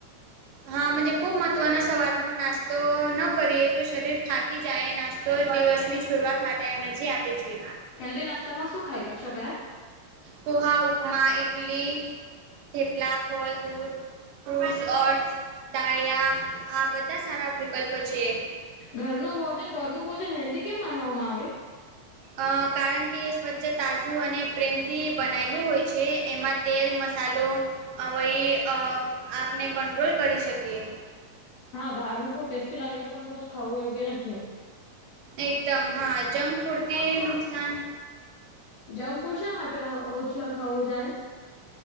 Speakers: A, on the right (about 80°); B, on the left (about 70°).
A: હા મજે ખૂબ મહત્વનો સવારનો નાસ્તો ન કરીએ તો શરીર થાક થાકી જાય નાસ્તો દિવસની શરૂઆત માટે એનર્જી આપે છે.
B: હેલ્દી નાસ્તા માં શું ખાઈ શકાય.
A: પોહા ઉપમા ઇટલી થેપલા ફળ દૂધ ફ્રુટ દાળિયા આ બધા સારા વિકલ્પ છે.
B: ઘરનું ભોજન ઘરનું ભોજન હેલ્ધી કેમ માનવામાં આવે.
A: આ કારણ કે એ સ્વચ્છ તાજું અને પ્રેમથી બનાયલું હોય છે એમાં તેલ મસાલો આવય આપને કંટ્રોલ કરી શકીએ.
B: હા બહારનું ફૂડ ટેસ્ટી લાગે પણ રોજ ખાવું યોગ્ય નથી એમ.
A: એકદમ હા જંક ફૂડ તી નુકસાન
B: જંક ફૂડ સા માટે ઓછવા ખાવું જાય.